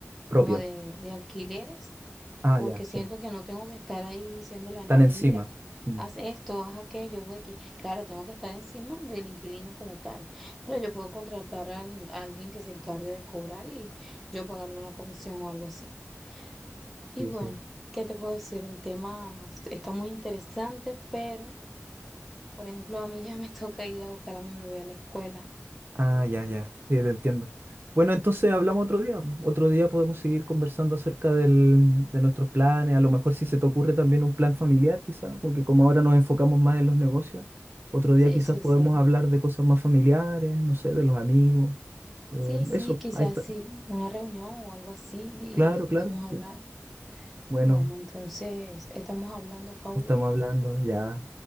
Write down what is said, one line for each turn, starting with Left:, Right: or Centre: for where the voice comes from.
Centre: como
Right: propio.
Centre: de, de alquileres,
Right: Ah,
Centre: porque
Right: ya, sí,
Centre: siento que no tengo que estar ahí diciéndole a
Right: tan
Centre: nadie,
Right: encima.
Centre: mira,
Right: Mm,
Centre: haz esto, haz aquello, haz X. Claro, tengo que estar encima del inquilino como tal, pero yo puedo contratar al- a alguien que se encargue de cobrar y yo pagarle una comisión o algo así. Y
Right: sí,
Centre: bueno,
Right: sí.
Centre: ¿qué te puedo decir? El tema está muy interesante, pero, por ejemplo, a mí ya me <laughs> toca ir a buscar a mi bebé a la escuela.
Right: Ah, ya, ya, sí, te entiendo. Bueno, entonces hablamos otro día. Otro día podemos seguir conversando acerca del- de nuestros planes. A lo mejor si se te ocurre también un plan familiar, quizás, porque como ahora nos enfocamos más en los negocios, otro día
Centre: Sí,
Right: quizás
Centre: sí,
Right: podemos
Centre: sí.
Right: hablar de cosas más familiares, no sé, de los amigos. Eh,
Centre: Sí, sí,
Right: eso,
Centre: quizás
Right: ahí está.
Centre: sí, una reunión o algo así
Right: Claro,
Centre: y y podemos
Right: claro,
Centre: hablar.
Right: sí. Bueno,
Centre: Bueno, entonces estamos hablando, Paulo.
Right: estamos hablando ya.